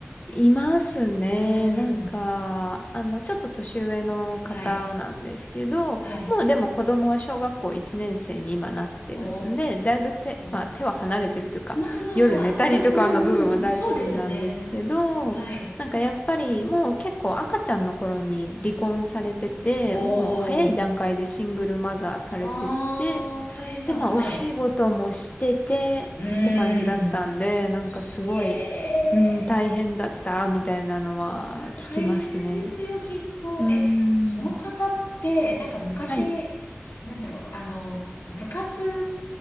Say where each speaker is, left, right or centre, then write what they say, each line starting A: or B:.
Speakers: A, on the left; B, on the left.
A: いますね。
B: うーん、
A: なんか、あの、ちょっと年上の方なんですけど、
B: はい、
A: もうでも子供は小学校1年生に今なってるんで、
B: はい。お
A: だいぶ手、まあ手は離れてるというか、
B: ー。まあまあまあ、
A: 夜寝たりとかの部分は大丈夫なんですけど、
B: うんうんうん、そうですね。はい。
A: なんかやっぱりもう結構赤ちゃんの頃に離婚されてて、
B: おー。
A: もう早い段階でシングルマザーされてて、
B: あー、大変だ。
A: で、まあ、
B: はい。
A: お仕事もしててって感じだったんで、
B: うーん。
A: なんかすごい、
B: ひえー。
A: うん、大変だった、みたいなのは聞きますね。
B: いや、大変ですよ、きっと。
A: うー
B: え、その方って、
A: ん。
B: なんか昔、
A: はい。
B: なんだろう、あの、部活、